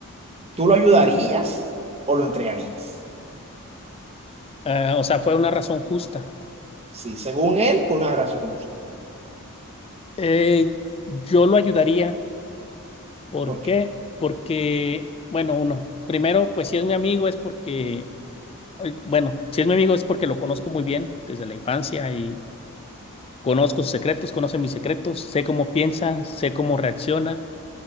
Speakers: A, on the right (about 30°); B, on the left (about 25°).
A: ¿Tú lo ayudarías o lo entregarías?
B: eh, o sea, fue una razón justa.
A: Sí, según él, por una razón.
B: Eh, yo lo ayudaría. ¿Por
A: ¿Por qué?
B: qué? Porque, bueno, uno, primero, pues si es mi amigo es porque, eh, bueno, si es mi amigo es porque lo conozco muy bien desde la infancia y conozco sus secretos, conoce mis secretos, sé cómo piensa, sé cómo reacciona